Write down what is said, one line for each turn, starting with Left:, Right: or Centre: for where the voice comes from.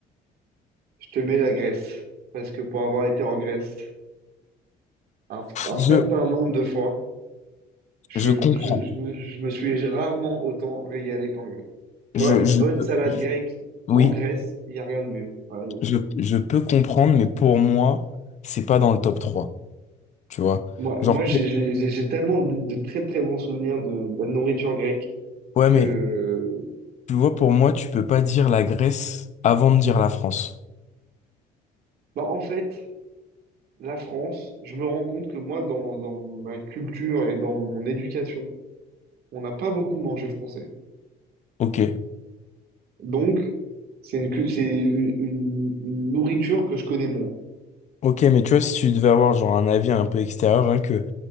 Right: Je te mets la Grèce. Parce que pour avoir été en Grèce un, un
Left: Je,
Right: certain nombre de fois, je,
Left: je comprends.
Right: je, je me, je me suis rarement autant régalé qu'en Grèce. Tu
Left: Je,
Right: vois, une
Left: je
Right: bonne
Left: peux,
Right: salade
Left: je-
Right: grecque
Left: oui,
Right: en Grèce, il n'y a rien de mieux. Voilà.
Left: je, je peux comprendre, mais pour moi, c'est pas dans le top trois Tu vois?
Right: Moi,
Left: Genre,
Right: moi j'ai j'ai- j'ai- j'ai tellement de, de très très bons souvenirs de, de la nourriture grecque.
Left: Ouais,
Right: que,
Left: mais tu vois, pour moi, tu peux pas dire la Grèce avant de dire la France.
Right: bah, en fait, la France, je me rends compte que moi, dans, dans ma culture et dans mon éducation, on n'a pas beaucoup mangé français.
Left: Ok.
Right: Donc, c'est une, cu- c'est une, une- une nourriture que je connais moins.
Left: Ok, mais tu vois, si tu devais avoir genre un avis un peu extérieur, hein, que